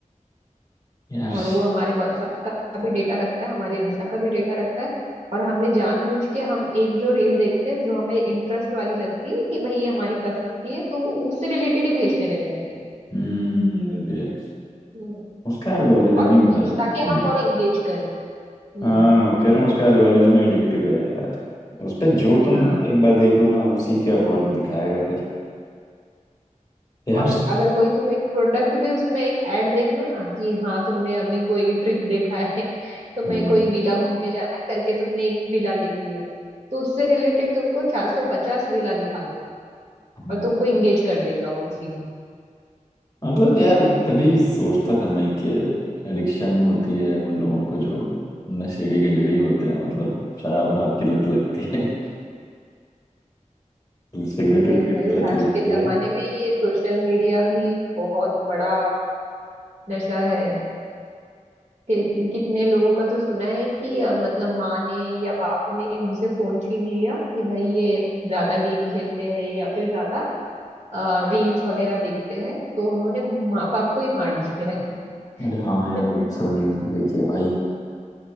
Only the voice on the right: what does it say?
और वो हमारे व्हाट्सएप का भी डेटा रखता है हमारे इंस्टा का भी डेटा रखता है और हमें जानबूझ के हम एक जो रील देखते हैं जो हमें इंटरेस्ट वाली लगती है कि भाई ये हमारी पसंद की है तो उससे रिलेटेड ही भेजते रहेगा फिर
हम्म
और
ताकि
हम और इंगेज करें हम्म
हाँ
और अगर कोई तुम एक प्रोडक्ट भी उसमें एक ऐड देख लो ना कि हाँ तुमने अभी कोई ट्रिप देखा है <laughs> तुम्हें
कोई विला घूमने जाना है करके तुमने एक विला देख लिया तो उससे रिलेटेड तुमको चार सौ पचास विला दिखा
और तुमको इंगेज कर देगा वो उसी में
नहीं
भाई
आज
के जमाने
में ये सोशल मीडिया भी बहुत बड़ा नशा है कि- कितने लोगों का तो सुना है कि अ, मतलब माँ ने या बाप ने उनसे फोन छीन लिया कि भाई ये ज्यादा गेम खेलते हैं या फिर ज्यादा रील्स वगैरह देखते हैं तो उन्होंने माँ बाप को ही मार दिया है
<laughs>